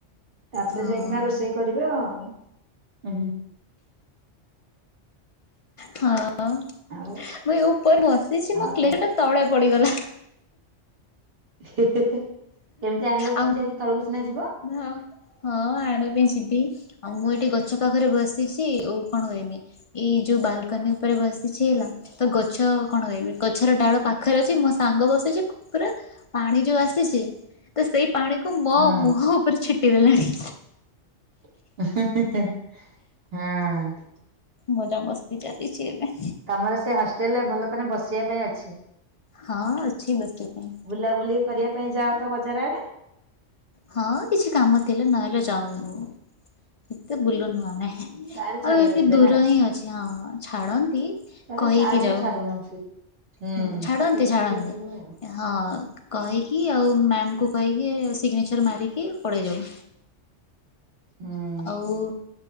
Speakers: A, on the right; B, on the left.
A: ତାପରେ
B: ହଁ।
A: ଯାଇକିନା ରୋଷେଇ କରିବେ ଆଉ, ଉଁ ହୁଁ
B: ହଁ ମୁଁ
A: ଆଉ
B: ଏ ଉପରେ ବସିଛି ମୋ
A: ଆଉ
B: କ୍ଲିପଟା
A: କଣ
B: ତଳେ ପଡିଗଲା,
A: ହେ ହେଁ ହେ କେମିତି ଆଣିବ
B: ଆଉ
A: ପୁଣି ଯାଇକି? ତଳକୁ ସିନା ଯିବ,
B: ହଁ, ହଁ, ଆଣିବା ପାଇଁ ଯିବି, ଆଉ ମୁଁ ଏଠି ଗଛ ପାଖରେ ବସିଛି, ଓଉ କଣ କହିବି, ଏଇଯୋଉ ବାଲକନୀ ଉପରେ ବସିଛି ହେଲା, ତ ଗଛ କଣ ଗାଇବି ଗଛର ଡାଳ ପାଖରେ ଅଛି ମୋ ସାଙ୍ଗ ବସିଛି କୁ ପୁରା- ପାଣି ଯୋଉ ଆସିଛି ତ ସେଇ ପାଣି କୁ ମୋ
A: ହଁ
B: ମୁହଁ ଉପରେ ଛିଟିଦେଲାଣି।
A: ହେଁ ହେଁ ହେଁ ହଁ
B: ମଜାମସ୍ତି ଚାଲିଛି ଏବେ।
A: ତମର ସେ ହଷ୍ଟେଲରେ ଭଲ କିନା ବସିବା ପାଇଁ ଅଛି।
B: ହଁ ଅଛି ବସିବା ପାଇଁ।
A: ବୁଲାବୁଲି କରିବା ପାଇଁ ଯାଅ ତ ବଜାର ଆଡେ!
B: ହଁ କିଛି କାମ ଥିଲେ ନହେଲେ ଯାଉନୁ ଏତେ ବୁଲୁନୁ ଆ ମେ
A: ସାର୍ ଛାଡୁ
B: ଆଉ ଏଠି
A: ନଥିବେ
B: ଦୂର
A: ନା।
B: ହିଁ ଅଛି ହଁ ଛାଡନ୍ତି।
A: ତାହେଲେ
B: କହିକି
A: ସାର
B: ଯାଉ।
A: ବି ଛାଡୁନଥୁବେ ହୁଁ
B: ଛାଡ଼ନ୍ତି
A: କହିକି
B: ଛାଡ଼ନ୍ତି।
A: ଯାଉଥିବ ଆଉ!
B: ହଁ କହିକି ଆଉ ମ୍ୟମ କୁ କହିକି ସିଗ୍ନେଚର୍ ମାରିକି ପଳାଇ ଯାଉ।
A: ହୁଁ
B: ଆଉ